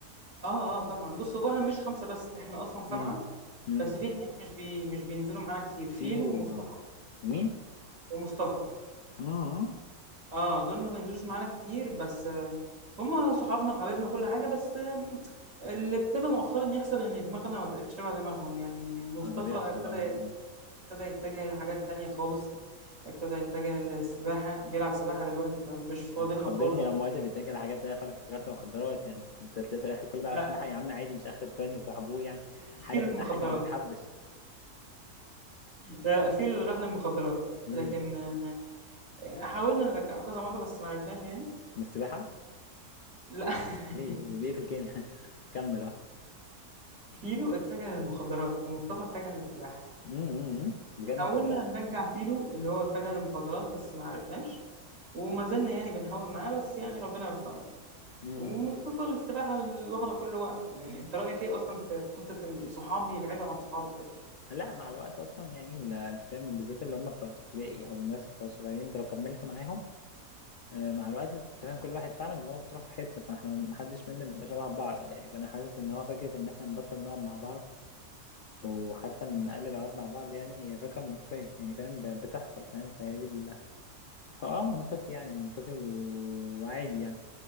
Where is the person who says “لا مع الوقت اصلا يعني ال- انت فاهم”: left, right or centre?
Left